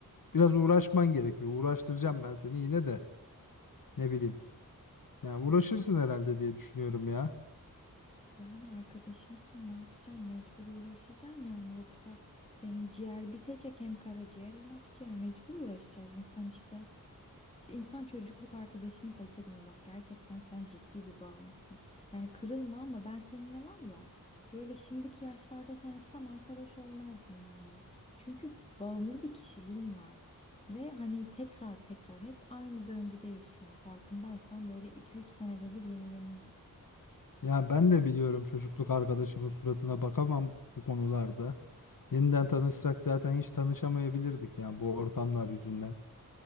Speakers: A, on the left; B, on the left.
A: biraz uğraşman gerekiyor. Uğraştıracağım ben seni yine de ne bileyim. Yani uğraşırsın herhalde diye düşünüyorum ya.
B: Yani arkadaşımsın ne yapacağım? Mecbur uğraşacağım yani. Yoksa senin ciğer bitecek hem karaciğer hem akciğer. Mecbur uğraşacağız insan işte. İşte insan çocukluk arkadaşını seçemiyor bak gerçekten sen ciddi bir bağımlısın. Yani kırılma ama ben seninle var ya böyle şimdiki yaşlarda tanışsam arkadaş olmazdım yani. Çünkü bağımlı bir kişiliğin var. Ve hani tekrar tekrar hep aynı döngüdeyiz şu an farkındaysan böyle iki üç senede bir yenileniyor.
A: Yani ben de biliyorum çocukluk arkadaşımın suratına bakamam bu konularda. Yeniden tanışsak zaten hiç tanışamayabilirdik yani bu ortamlar yüzünden.